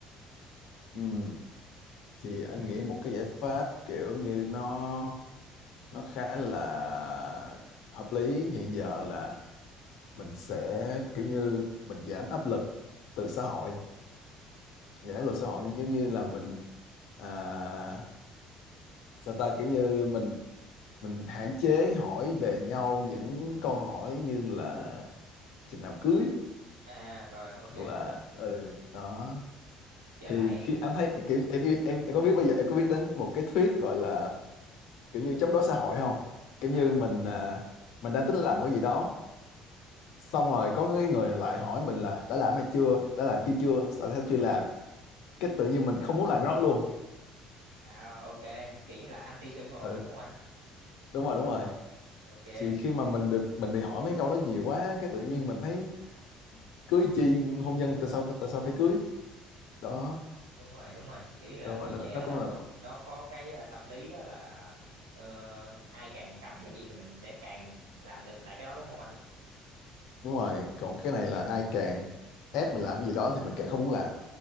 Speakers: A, on the left; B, on the right.
A: ừm, thì anh nghĩ một cái giải pháp kiểu như nó nó khá là hợp lý hiện giờ là mình sẽ kiểu như mình giảm áp lực từ xã hội, giảm áp lực xã hội giống như là mình à, sao ta kiểu như mình mình hạn chế hỏi về nhau những câu hỏi như là chừng nào cưới
B: à rồi
A: hoặc
B: ok
A: là ừ đó
B: với
A: thì
B: lại
A: khi anh thấy kiểu em em em có biết bây giờ em có biết đến một cái thuyết gọi là kiểu như chống đối xã hội không kiểu
B: à,
A: như mình à, mình đang tính làm cái gì đó xong rồi có người người lại hỏi mình là đã làm này chưa đã làm kia chưa tại sao chưa làm cái tự nhiên mình không muốn làm cái đó luôn
B: à ok kiểu như là anti social
A: ừ
B: đúng không anh
A: đúng rồi đúng rồi
B: ok
A: thì khi mà mình được mình bị hỏi mấy câu đó nhiều quá cái tự nhiên mình thấy cưới chi hôn nhân tại sao phải tại sao phải cưới đó
B: đúng rồi đúng rồi kiểu như là
A: đúng
B: người
A: rồi, nó,
B: trẻ
A: nó
B: mình
A: cũng là một
B: thường nó có cái à, tâm lý đó là ờ, ai càng cấm cái gì thì mình sẽ càng làm nghịch lại cái đó đúng không anh
A: đúng rồi còn cái này là ai càng ép mình làm cái gì đó thì mình càng không muốn làm